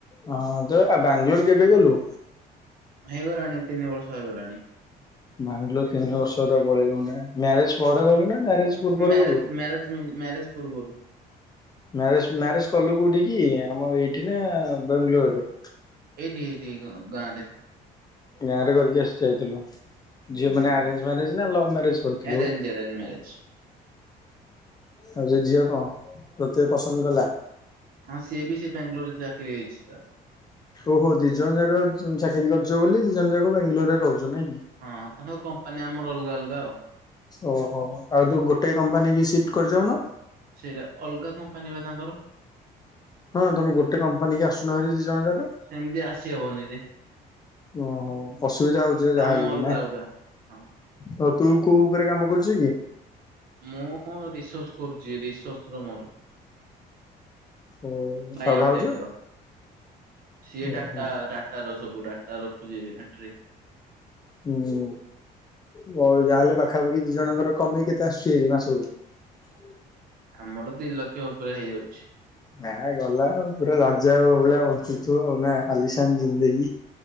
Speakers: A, on the left (about 25°); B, on the right (about 60°).
A: ହଁ ତ ବାଙ୍ଗଲୋର କେବେ ଗଲୁ?
B: ହେଇଗଲାଣି ତିନି ବର୍ଷ ହେଲାଣି।
A: ବାଙ୍ଗଲୋର ତିନି ବର୍ଷରେ ପଳେଇଲୁ ନା ମ୍ୟାରେଜ ପରେ ଗଲୁ ନା? ମ୍ୟାରେଜ ପୂର୍ବରୁ
B: ମ୍ୟାରେଜ
A: ଗଲୁ?
B: ମ୍ୟାରେଜ ମ୍ୟାରେଜ ପୂର୍ବରୁ।
A: ମ୍ୟାରେଜ ମ୍ୟାରେଜ କଲୁ କୋଉଠି କିି ଆମ ଏଇଠି ନା ବାଙ୍ଗଲୋରରେ?
B: ଏଇଠି ଏଇଠି ଗାଁରେ।
A: ଗାଁ ରେ କରିକି ଆସି ଯାଇଥିଲୁ ଝିଅ
B: ହୁଁ,
A: ମାନେ ଆରେଞ୍ଜ ମ୍ୟାରେଜ ନା ଲଭ୍ ମ୍ୟାରେଜ କରିଥିଲୁ?
B: ଆରେଞ୍ଜ ଆରେଞ୍ଜ ମ୍ୟାରେଜ
A: ଆଉ ସେ ଝିଅ କଣ ତତେ ପସନ୍ଦ କଲା?
B: ଆଁ ସିଏ ବି ସି ବାଙ୍ଗାଲୋରରେ ଚାକିରି ହେଇଛି ତାର।
A: ଓହୋ ଦି ଜଣ ଯାକ ଚାକିରି କରୁଛ ବୋଲି ଦି ଜଣ ଯାକ ବାଙ୍ଗଲୋରରେ ରହୁଛ? ନାଇଁ କି?
B: ହଁ ତାଙ୍କ କମ୍ପାନୀ ଆମର ଅଲଗା ଅଲଗା ଆଉ।
A: ଓହୋ ଆଉ ତୁ ଗୋଟେ କମ୍ପାନୀ କି ସିଫ୍ଟ କରିଯାଉ ନ?
B: ସେଇଟା ଅଲଗା କମ୍ପାନୀ ପା ତାଙ୍କର?
A: ହଁ ତମେ ଗୋଟେ କମ୍ପାନୀ କି ଆସୁନହେରି ଦି ଜଣ ଯାକ।
B: ସେମିତି ଆସି ହବନି ରେ
A: ଓହୋ ଅସୁବିଧା ହଉଛି
B: କାମ
A: ଯାହା ହେଲେ
B: ଅଲଗା
A: ବି ନା?
B: ଅଲଗା। ହଁ
A: ହଉ ତୁ କୋଉ ଉପରେ କାମ କରୁଛୁ କି?
B: ମୁଁ ରିସର୍ଚ୍ଚ କରୁଛି ରିସର୍ଚ୍ଚ ର ମୋର
A: ଓ
B: ବାୟୋଟେକ
A: ଆଉ ଭାଉଜ
B: ର ସିଏ
A: ଓହୋ
B: ଡାଟା ଡାଟା ର ସବୁ ଡାଟା ଟା ରଖୁଛି ଏଣ୍ଟ୍ରି।
A: ହୁଁ। ହଉ ଯାହାହେଲେ ପାଖାପାଖି ଦି ଜଣଙ୍କର କମେଇ କେତେ ଆସୁଛି ହେରି ମାସକୁ
B: ଆମର ଦି ଲକ୍ଷ ଉପରେ ହେଇଯାଉଛି।
A: ନା ଗଲା ଆ ପୁରା ରାଜା ଆ ଭଳିଆ ବଞ୍ଚୁଥିବ ଆଉ ନା କାଲିସାନ ଜିନ୍ଦେକି।